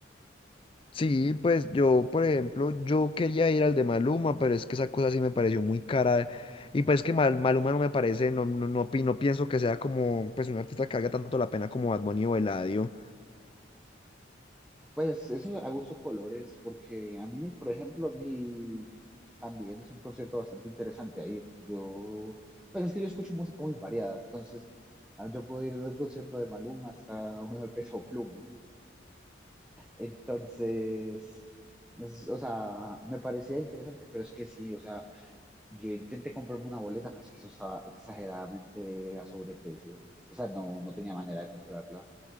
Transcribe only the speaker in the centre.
Pues eso a gusto colores, porque a mí, por ejemplo, mi También es un concierto bastante interesante a ir. Yo, pues es que yo escucho música muy variada, entonces ah, yo puedo ir desde un concierto de Maluma hasta uno de Peso Pluma. Entonces, es- o sea, me parecía interesante, pero es que sí, o sea, yo intenté comprarme una boleta, pero es que eso estaba exageradamente a sobreprecio. O sea, no, no tenía manera de comprarla.